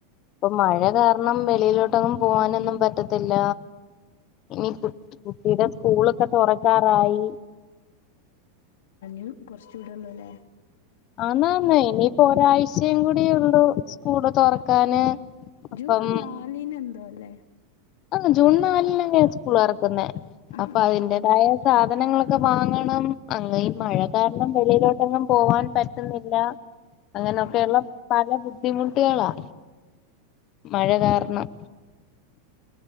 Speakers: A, on the left; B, on the left.
A: ഇപ്പൊ മഴ കാരണം വെളിയിലോട്ടങ്ങും പോവാനൊന്നും പറ്റത്തില്ല ഇനി കു കുട്ടിടെ സ്കൂളൊക്കെ തുറക്കാറായി
B: യ് കുറച്ചൂടെള്ളൂല്ലേ
A: ആന്നന്നെ ഇനിയിപ്പോ ഒരാഴ്ചയും കൂടി ഉള്ളു സ്കൂള് തുറക്കാന് അപ്പം
B: ജൂൺ നാലിന് എന്തോ അല്ലേ
A: ആഹ് ജൂൺ നാലിനന്നെ സ്കൂളോറക്കുന്നെ
B: ആ
A: അപ്പൊ അതിന്റേതായ സാധനങ്ങളൊക്കെ വാങ്ങണം അങ്ങ ഈ മഴകാര് ണം വെളിയിലോട്ടൊന്നും പോവാൻ പറ്റുന്നില്ല അങ്ങനെയൊക്കെയുള്ള
B: ആ
A: പല ബുദ്ധിമുട്ടുകളാ മഴ കാരണം